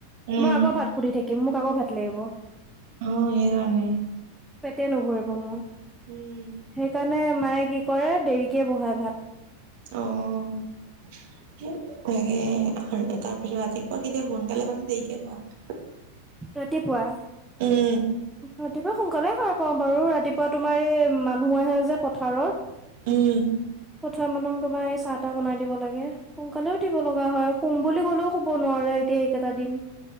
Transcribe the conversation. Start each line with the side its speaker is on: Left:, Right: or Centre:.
Right: উম
Centre: মই আকৌ ভাত সুধি থাকিম, মোক আকৌ ভাত লাগিব।
Right: অ, সেইকাৰনে।
Centre: পেটে নভৰিব মোৰ।
Right: উম।
Centre: সেইকাৰণে, মায়ে কি কৰে, দেৰিকে বহায় ভাত।
Right: অ, <unintelligible> এঁ তাৰ পিছত ৰাতিপুৱা কেতিয়া শুৱা সোনকালে শুৱানে দেৰিকে শুৱা?
Centre: ৰাতিপুৱা।
Right: উম'
Centre: ৰাতিপুৱা সোনকালে হাৰ পাওঁ বাৰু ৰাতিপুৱা তোমাৰ এই মানুহ আহে যে পথাৰৰ।
Right: উম'
Centre: পথাৰ মানুহ তোমাৰ এই চাহ তাহ বনাই দিব লাগে। সোনকালে উঠিব লগা হয়, সোম বুলি ক'লেও শুব নোৱাৰা এতিয়া এইকেইটা দিন।।